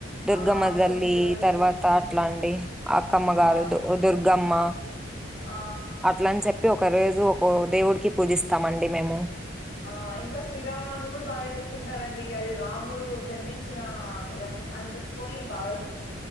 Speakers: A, in the centre; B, on the left.
A: దుర్గమ్మతల్లి
B: ఆ తొమ్మిది రోజులు
A: తర్వాత
B: ఉమ్
A: అట్లా అండి. అక్కమ్మ
B: ఆ
A: గారు దు దుర్గమ్మ
B: ఆ
A: లన్ చెప్పి ఒక రోజు ఒక దేవుడికి పూజిస్తామండి మేము
B: ఆ ఇంకా శ్రీరామనవమి గుడ బాగా చేస్కుంటారండి అది రాముడు జన్మించిన దాన్ అని చెప్పుకోని బాగా చేస్